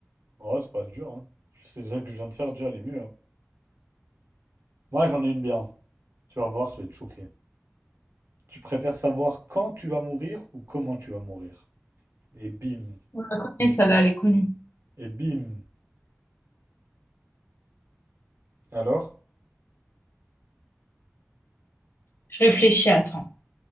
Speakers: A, on the right (about 70°); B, on the left (about 55°).
A: Oh, c'est pas dur, hein. Je sais déjà que je viens de faire, déjà, elle est mieux. hein. Moi, j'en ai une bien. Tu vas voir, tu vas être choqué. Tu préfères savoir quand tu vas mourir ou comment tu vas mourir? Et bim.
B: On la connaît, celle-là, elle est connue.
A: Et bim. Alors?
B: Je réfléchis, attends.